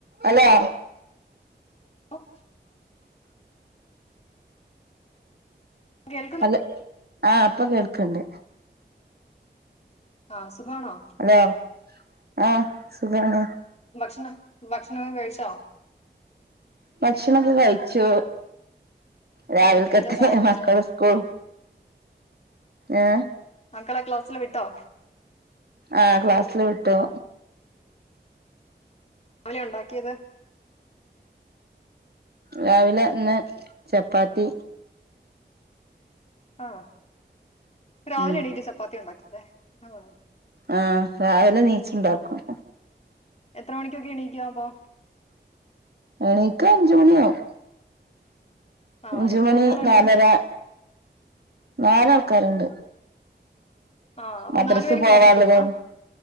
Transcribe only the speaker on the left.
ഓഹ് കേൾക്കുന്നു
ആഹ് സുഖാണോ
ഭക്ഷണം ഭക്ഷണം ഒക്കെ കഴിച്ചോ
ഉം എന്താ ചായ കുടിച്ചേ
മക്കളെ ക്ലാസ്സിൽ വിട്ടോ
എന്ത് കടിയാ ഉണ്ടാക്കിയത്
ആഹ് രാവിലെ
എണീറ്റ് ചപ്പാത്തി ഉണ്ടാക്കും അല്ലെ ആഹ്
എത്ര മണിക്കൊക്കെ എണീക്കും അപ്പോ
ആ
എത്ര കുട്ടികളുണ്ട്
ആ ആ അപ്പൊ
നാലുപേരും
ക്ലാസ്സിൽ പോന്നാ